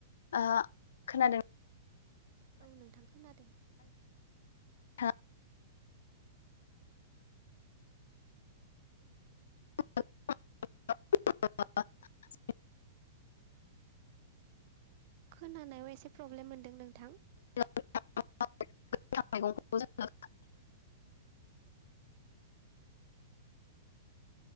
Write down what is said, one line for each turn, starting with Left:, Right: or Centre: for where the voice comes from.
Left: ओ खोनादों
Right: औ नोंथां खोनादों
Left: नोंथाङा <unintelligible> <unintelligible> <unintelligible>
Right: खोनानायाव एसे प्रब्लेम मोनदों नोंथां
Left: <unintelligible> <unintelligible>